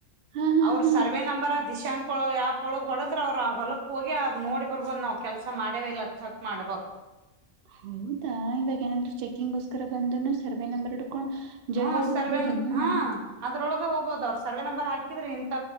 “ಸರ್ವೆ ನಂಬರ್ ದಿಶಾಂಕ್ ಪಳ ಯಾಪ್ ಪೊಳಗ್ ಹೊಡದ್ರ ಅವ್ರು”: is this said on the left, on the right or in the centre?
Right